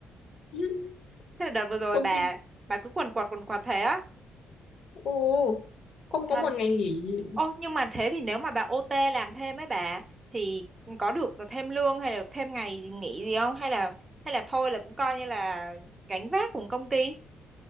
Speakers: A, on the left; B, on the right.
A: <laughs>
B: <laughs> Thế là đợt vừa rồi
A: công
B: bà
A: ty
B: Bà cứ quần quật quần quật thế á
A: ô
B: Khổ
A: không
B: thân
A: có một ngày nghỉ
B: Ô nhưng mà thế thì nếu mà bà OT làm thêm ấy bà Thì có được thêm lương hay là được thêm ngày gì nghỉ gì không Hay là hay là thôi là cũng coi như là gánh vác cùng công ty